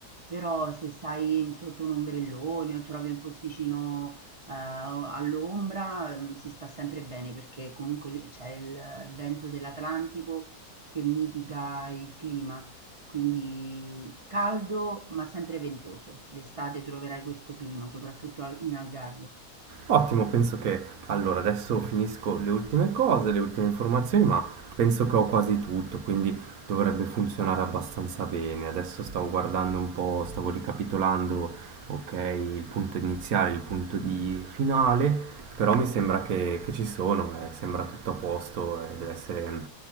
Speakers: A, on the right (about 30°); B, on the right (about 70°).
A: però se stai in- sotto un ombrellone o trovi un posticino, eh, all'ombra, mm, si sta sempre bene perché comunque c'è il vento dell'Atlantico che mitiga il clima quindi caldo ma sempre ventoso. D'estate troverai questo clima, soprattutto al- in Algarve.
B: Ottimo, penso che allora adesso finisco le ultime cose, le ultime informazioni, ma penso che ho quasi tutto, quindi dovrebbe funzionare abbastanza bene. Adesso stavo guardando un po', stavo ricapitolando, ok, il punto iniziale, il punto di finale, però mi sembra che, che ci sono, eh, sembra tutto a posto, eh, deve essere,